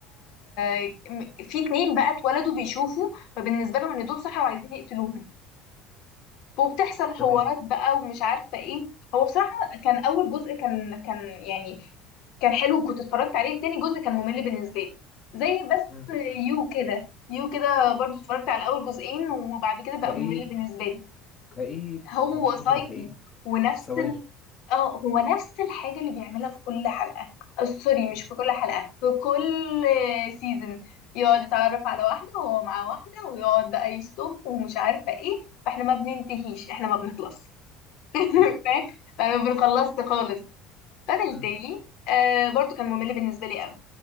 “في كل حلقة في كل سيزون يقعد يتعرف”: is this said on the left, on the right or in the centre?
Left